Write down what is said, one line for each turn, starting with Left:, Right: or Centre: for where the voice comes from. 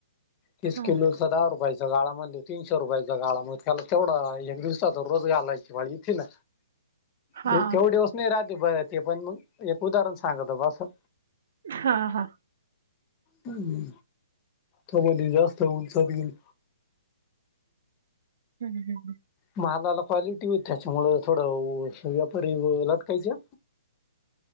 Left: तीस
Right: हा
Left: किलो तो दहा रुपयाचा गाळा म्हणजे तीनशे रुपयाचा गाळा म त्याला तेवढा हा एक दिवसाचा रोजगार घालायलाची इथे ना.
Right: हा
Left: ते थयो दिवस नाही राहते बाइ ते पण मंग. एक उदाहरण सांगतं बस हा
Right: हा हा
Left: हम्म. तुम्हाले जास्त उंच होईल.
Right: हम्म हम्म हम्म.
Left: महालाला क्वालिटी होतं त्याच्यामुळं थोडं व्यापारी लटकायचं.